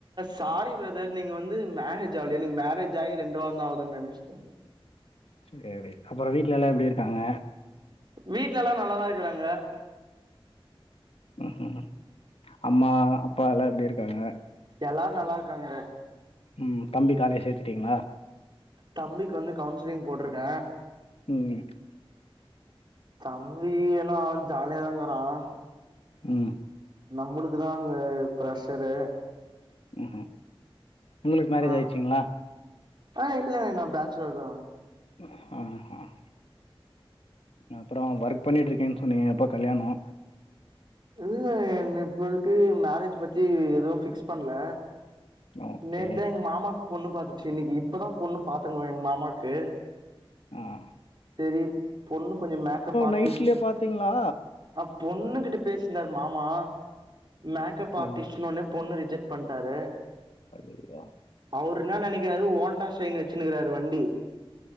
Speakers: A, on the right; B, on the left.
A: sorry brother நீங்க வந்து மேரேஜ் ஆவுலயா எனக்கு மேரேஜ் ஆகி ரெண்டு வாரந்தான் ஆகுதுன்னு நெனச்சிட்டன்
B: செரி அப்றோம் வீட்ல எல்லாம் எப்டி இருக்காங்க
A: வீட்லல்லாம் நல்லாத தான் இருக்கிறாங்க
B: ம் ம் அம்மா அப்பா எல்லாம் எப்டி இருக்காங்க
A: எல்லாரும் நல்லா இருக்காங்க
B: ம் தம்பி காலேஜ் சேத்துட்டீங்களா
A: தம்பிக்கு வந்து கவுன்சிலிங் போட்ருக்கேன்
B: ம்
A: தம்பியெல்லாம் அவ ஜாலியாதாங்கறான்
B: ம்
A: நம்மளுக்கு தான் அங்க ப்ரெஷரு
B: ம் ம் உங்களுக்கு மேரேஜ்
A: ஆ
B: ஆயிச்சிங்களா
A: ஆ இல்ல நா பேச்சுலர் தான்
B: ஆஹ்ஹான் அப்றோ ஒர்க் பண்ணிட்டுருக்கேன்னு சொன்னீங்க எப்ப கல்யாணோ
A: இல்ல என்ன இப்பல்க்கு மேரேஜ் பத்தி எதுவு ஃபிக்ஸ் பண்ணல
B: ஓகே
A: நேத் தா எங்க மாமாக்கு பொண்ணு பாத்துச்சு இன்னீக்கு இப்பதா பொண்ணு பாத்துன்னு வர்றோ எங்க மாமாக்கு
B: ம்
A: சேரி பொண்ணு கொஞ்சோ மேக்கப் ஆர்டிஸ்ட்
B: நைட்லயே பாத்தீங்களா?
A: ஆ பொண்ணு கிட்ட பேசியிந்தாரு மாமா மேக்கப்
B: ஐயோ!
A: ஆர்ட்டிஸ்ட்னு ஒட்னே பொண்ணு ரிஜெக்ட் பண்ட்டாரு
B: ஐயய்யோ!
A: அவரு என்ன நெனக்கிறாரு ஓண்டா சைன் வச்சிருக்காரு வண்டி